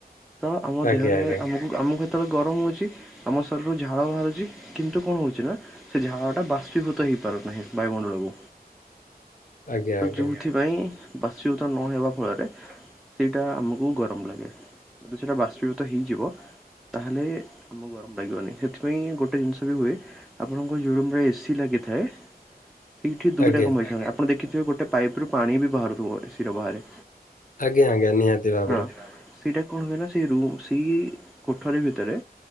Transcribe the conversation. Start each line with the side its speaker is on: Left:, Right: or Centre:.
Centre: ତ ଆମ
Left: ଆଜ୍ଞା
Centre: ଦେହରେ
Left: ଆଜ୍ଞା।
Centre: ଆମକୁ ଆମକୁ ଯେତେବେଳେ ଗରମ ହଉଛି। ଆମ ଶରୀରରୁ ଝାଳ ବାହାରୁଛି କିନ୍ତୁ କଣ ହଉଛି ନା ସେ ଝାହା ଟା ବାଷ୍ପିଭୂତ ହେଇପାରୁ ନାହିଁ ବାୟୁମଣ୍ଡଳକୁ।
Left: ଆଜ୍ଞା
Centre: ତ
Left: ଆଜ୍ଞା
Centre: ଯୋଉଥିପାଇଁ <inaudible> ନହେବା ଫଳରେ ସେଇଟା ଆମ ଗରମ ଲାଗେ ଯଦି ସେଇଟା ବାଷ୍ପୀଭୂତ ହେଇଯିବ। ତାହେଲେ ଆମକୁ ଗରମ ଲାଗିବନି ସେଥିପାଇଁ ଗୋଟେ ଜିନିଷ ବି ହୁଏ। ଆପଣଙ୍କ ରୁମ ରେ ଏସିି ଲାଗିଥାଏ। ସେଇଠି ଦୁଇଟା
Left: ଆଜ୍ଞା
Centre: କାମେଇ ସେ ଆପଣ ଦେଖିଥିବେ ଗୋଟେ ପାଇପ୍ ରୁ ପାଣି ବି ବାହାରୁଥିବ ଏସିି ର ବାହାରେ।
Left: ଆଜ୍ଞା ଆଜ୍ଞା ନିହାତି। ଭାବରେ
Centre: ହଁ ସେଇଟା କଣ ହୁଏ ନା ସେଇ ରୁ ସେଇ କୋଠରୀ ଭିତରେ